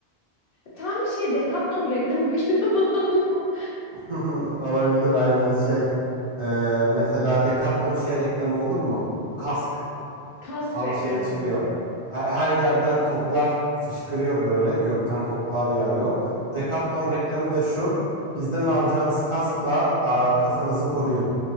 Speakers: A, on the left; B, on the right.
A: Tam bir şey Decathlon reklamı gibi. <laughs> oldu.
B: <laughs> Olabilir aynen şey. Ee, mesela Decathlon şey reklamı olur mu? Kask
A: Kask
B: hava
A: reklamı
B: şeye çıkıyor.
A: gibi.
B: Her, her yerden toplar fışkırıyor böyle. Gökten toplar yağıyor. Decathlon reklamı da şu. Bizden alacağınız kaskla aa, kafanızı koruyun.